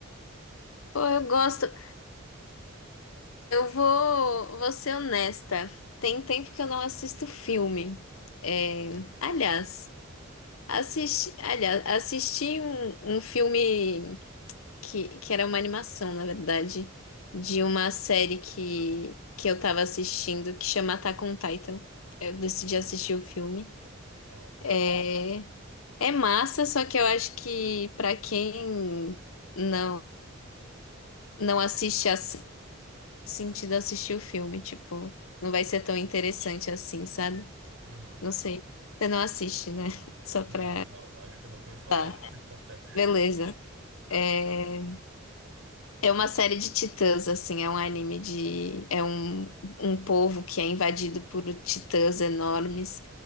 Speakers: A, on the left; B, on the right.
A: Pô, eu gosto. Eu vou, vou ser honesta. Tem tempo que eu não assisto filme. É,
B: Hum?
A: Aliás, assisti, aliás, assisti um, um filme que, que era uma animação, na verdade, de uma série que, que eu tava assistindo que chama Attack on Titan. Eu decidi assistir o filme.
B: Ah,
A: É, é massa, só que eu acho que pra quem não não assiste a sentido assistir o filme, tipo, não vai
B: sim.
A: ser tão interessante assim, sabe?
B: Uhum.
A: Não sei. Você não assiste, né? <laughs> Só
B: Não,
A: pra.
B: não, acho que eu nunca ouvi falar.
A: Tá,
B: <laughs>
A: beleza. É, é uma série de titãs, assim, é um anime de. É um, um povo que é invadido por titãs enormes,